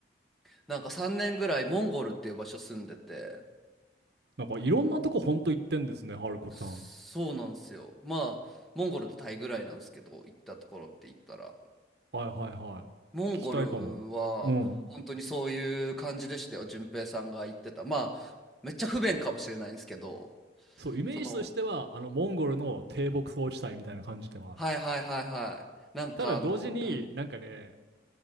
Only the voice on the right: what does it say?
なんかいろんなとこほんと行ってんですね、ハルコさん。
はいはいはい。
聞きたいかも。うん。そう、イメージとしては、
あの、モンゴルの低牧草地帯みたいな感じではある。
ただ同時になんかね、